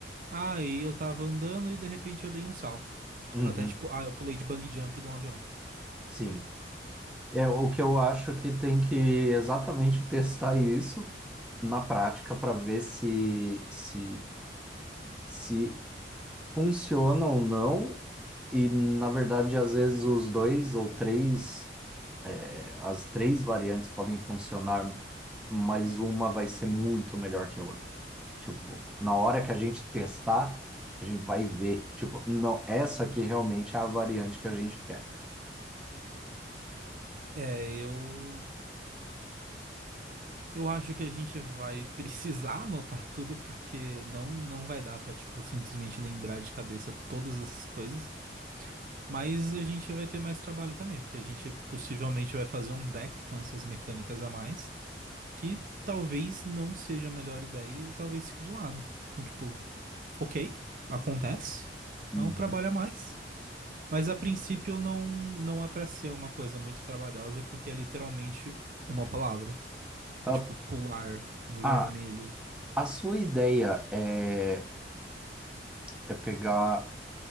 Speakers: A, on the right (about 45°); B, in the centre.
A: ah, e eu tava andando e de repente eu dei um salto.
B: Uhum,
A: Até tipo, ah, eu pulei de bungee jump de um avião.
B: sim. É o que eu acho que tem que exatamente testar isso na prática para ver se, se, se funciona ou não. E, na verdade, às vezes os dois ou três é, as três variantes podem funcionar, mas uma vai ser muito melhor que a outra. Tipo, na hora que a gente testar, a gente vai ver. Tipo, não, essa aqui realmente é a variante que a gente quer.
A: É, eu Eu acho que a gente vai precisar <laughs> anotar tudo, porque não não vai dar pra, tipo, simplesmente lembrar de cabeça todas essas coisas. Mas a gente vai ter mais trabalho também, porque a gente possivelmente vai fazer um deck com essas mecânicas a mais, que talvez não seja a melhor ideia e talvez fique de lado. Então, tipo, ok, acontece,
B: Uhum.
A: é um trabalho a mais. Mas a princípio não, não é pra ser uma coisa muito trabalhosa, porque é literalmente uma palavra.
B: Ah,
A: É tipo pular, vermelho.
B: ah, a sua ideia é, é pegar